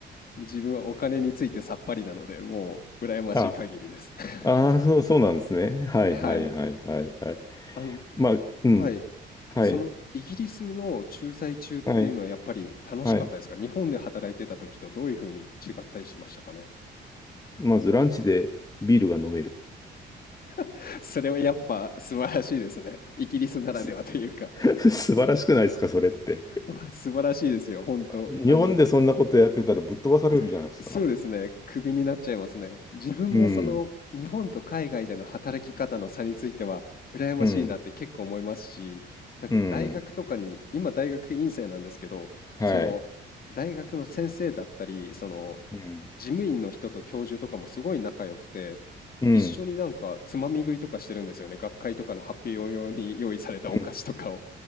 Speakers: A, on the left; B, on the left.
A: 自分はお金についてさっぱりなので、もう羨ましい限りです。
B: は
A: <laughs>
B: あ、ああ、そう、そうなんですね。はいはいはいはいはい。
A: はい。あの、
B: まあ、うん。
A: はい。
B: はい、
A: そのイギリスの駐在中っていうのはやっぱり楽しかったですか日本で働いてた時とどういうふうに違ったりしましたかね
B: はい、はい。まずランチでビールが飲める。
A: <laughs> それはやっぱ素晴らしいですね。イギリスならではというか。
B: す、<laughs> 素晴らしくないですか、それって。
A: <laughs> まあ素晴らしいですよ、本当。
B: 日本でそんなことやってたらぶっ飛ばされるじゃないですか。
A: あの、<laughs> でそうですね。クビになっちゃいますね。自分もその日本と海外での働き方の差については羨ましいなって結構思いますし、
B: うん、うん、
A: なんか大学とかに、
B: うん、
A: 今大学院生なんですけど、
B: はい。
A: その大学の先生だったり、その
B: うん、
A: 事務員の人と教授とかもすごい仲良くて、
B: うん、
A: 一緒になんかつまみ食いとかしてるんですよね。学会とかの発表用に用意されたお菓子とかを。
B: うん、